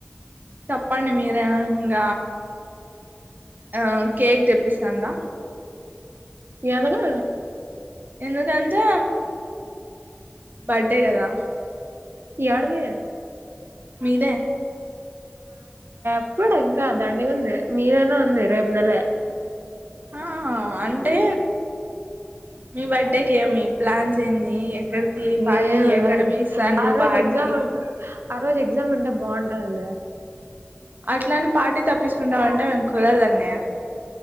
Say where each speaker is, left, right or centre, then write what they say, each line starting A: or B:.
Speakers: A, on the right; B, on the right.
A: చెప్పండి మీరే ఇంగ ఆ కేక్ తే వినిపిస్తుందా
B: ఎల్గా
A: ఎందుకంటె బర్త్డేగదా
B: యడది
A: ఇదే
B: ఇప్పుడ ఇంకా దాండిగా ఉంది మీదనా ఉంది రేపు నెల
A: ఆ అంటే మీ బర్త్డేకి ఏమి ప్లాన్స్ ఏంది, ఎక్కడికి పార్టీ
B: ఏమి
A: ఎక్కడ
B: లేదు
A: పిలుస్తాండ్రు
B: ఆ రోజు
A: పార్టీ
B: ఎగ్జామ్ ఆ రోజు ఎగ్జామ్ ఉంటే బాగుంటదండి
A: అట్లాని పార్టీ తప్ప తప్పసుకుంటామంటే మేము కుదరదండి నే